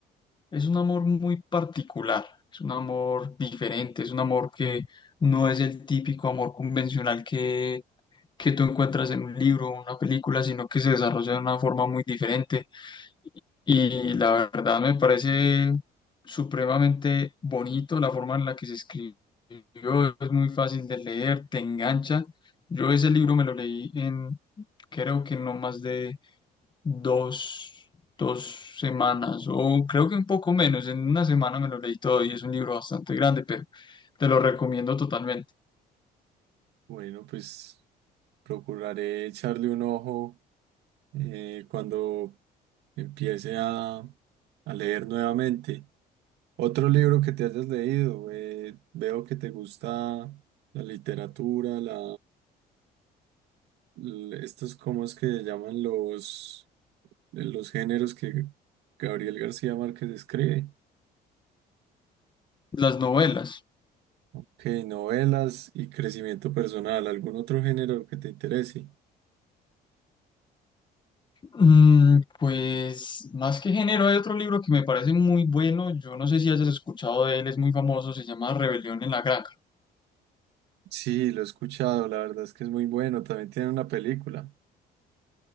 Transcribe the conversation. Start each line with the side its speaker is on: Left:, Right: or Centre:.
Left: es un amor muy particular, es un amor diferente, es un amor que no es el típico amor convencional que, que tú encuentras en un libro o una película, sino que se desarrolla de una forma muy diferente. Y la verdad me parece supremamente bonito la forma en la que se escribió, es muy fácil de leer, te engancha. Yo ese libro me lo leí en, creo que no más de dos, dos semanas, o creo que un poco menos, en una semana me lo leí todo y es un libro bastante grande, pero te lo recomiendo totalmente.
Right: Bueno, pues procuraré echarle un ojo eh, cuando empiece a, a leer nuevamente. Otro libro que te hayas leído, eh, veo que te gusta la literatura, la, l- estos, ¿cómo es que se llaman los, los géneros que Gabriel García Márquez escribe?
Left: Las novelas.
Right: Ok, novelas y crecimiento personal, ¿algún otro género que te interese?
Left: Mm, pues más que género, hay otro libro que me parece muy bueno. Yo no sé si hayas escuchado de él, es muy famoso, se llama Rebelión en la Granja.
Right: Sí, lo he escuchado, la verdad es que es muy bueno, también tiene una película.